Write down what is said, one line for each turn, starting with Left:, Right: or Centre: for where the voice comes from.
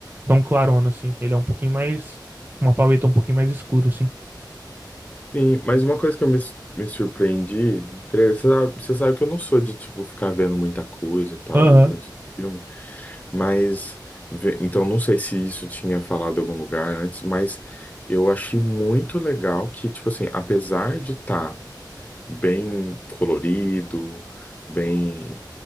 Right: tão clarona, assim. Ele é um pouquinho mais, uma paleta um pouquinho mais escura, assim.
Left: sim. Mas uma coisa que eu me, me surpreendi no trailer, você sabe, você sabe que eu não sou de, tipo, ficar vendo muita coisa e tal
Right: Aham,
Left: do, antes do filme, mas, ve- então não sei se isso tinha falado em algum lugar antes, mas eu achei muito legal que, tipo assim, apesar de estar bem colorido, bem,